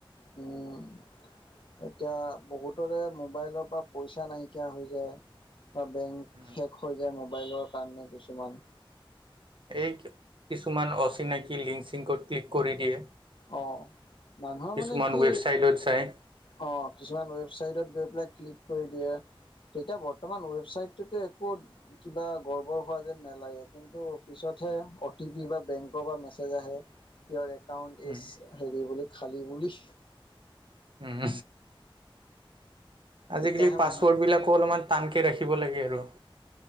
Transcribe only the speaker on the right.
উম,
এই কিছুমান অচিনাকি লিংক চিংকত ক্লিক কৰি দিয়ে।
কিছুমান
ৱেবছাইটত যায়।
উম,
উম আজিকালি
পাছৱৰ্ড
বিলাকো অলপমান টানকে ৰাখিব লাগে আৰু।